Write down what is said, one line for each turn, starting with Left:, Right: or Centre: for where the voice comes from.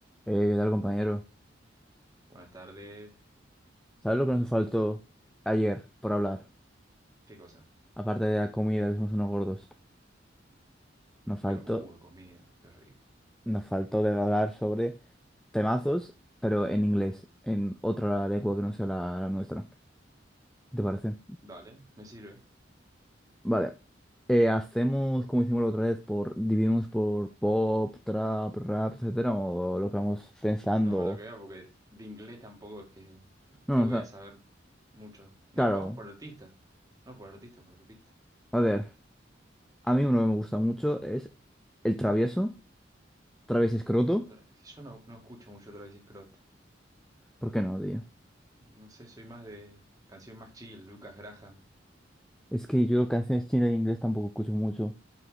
Centre: Eh, ¿qué tal, compañero?
Right: Buenas tardes.
Centre: ¿Sabes lo que nos faltó ayer por hablar?
Right: ¿Qué cosa?
Centre: Aparte de la comida, que somos unos gordos. Nos faltó,
Right: Digo, uh, comida, qué rico.
Centre: nos faltó de hablar sobre temazos, pero en inglés, en otra lengua que no sea la, la nuestra. ¿Te parece?
Right: Dale, me sirve.
Centre: Vale. Eh, ¿hacemos como hicimos la otra vez? Por, ¿Dividimos por pop, trap, rap, etcétera? ¿O lo que vamos pensando?
Right: No, lo que veo, porque de inglés tampoco es que
Centre: No,
Right: te voy
Centre: o sea,
Right: a saber mucho. No,
Centre: claro.
Right: vamos por artista. No, por artista, por artista.
Centre: A ver, a mí uno que me gusta mucho es el travieso, travieso escroto.
Right: Tra- es que Yo no, no escucho mucho Travis Scott.
Centre: ¿Por qué no, tío?
Right: No sé, soy más de canción más chill, Lucas Graham.
Centre: Es que yo canciones chinas en inglés tampoco escucho mucho,